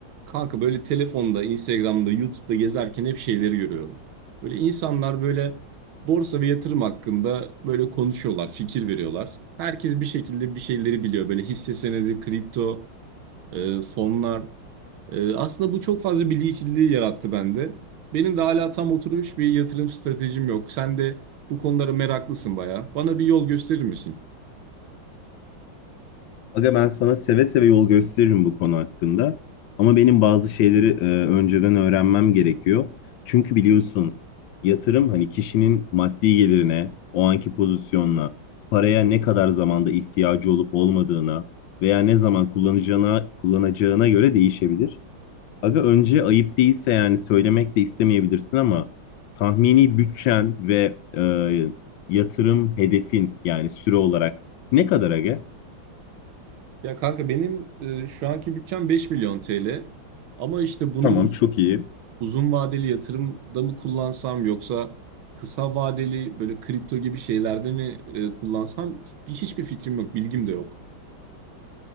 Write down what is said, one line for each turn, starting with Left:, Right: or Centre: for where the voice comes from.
Right: Kanka böyle telefonda, Instagram'da, YouTube'da gezerken hep şeyleri görüyorum. Böyle insanlar böyle borsa ve yatırım hakkında böyle konuşuyorlar, fikir veriyorlar. Herkes bir şekilde bir şeyleri biliyor. Böyle hisse senedi, kripto, e, fonlar. Ee, aslında bu çok fazla bilgi kirliliği yarattı bende. Benim de hala tam oturmuş bir yatırım stratejim yok. Sen de bu konulara meraklısın bayağı. Bana bir yol gösterir misin?
Left: Aga ben sana seve seve yol gösteririm bu konu hakkında. Ama benim bazı şeyleri e, önceden öğrenmem gerekiyor. Çünkü biliyorsun yatırım hani kişinin maddi gelirine, o anki pozisyonuna, paraya ne kadar zamanda ihtiyacı olup olmadığına veya ne zaman kullanacağına, kullanacağına göre değişebilir. Aga önce ayıp değilse yani söylemek de istemeyebilirsin ama tahmini bütçen ve e, yatırım hedefin yani süre olarak ne kadar aga?
Right: Ya kanka benim e, şu anki bütçem 5 milyon TL. Ama işte bunu
Left: Tamam
Right: uz-
Left: çok iyi.
Right: uzun vadeli yatırımda mı kullansam yoksa kısa vadeli böyle kripto gibi şeylerde mi e, kullansam hiçbir fikrim yok, bilgim de yok.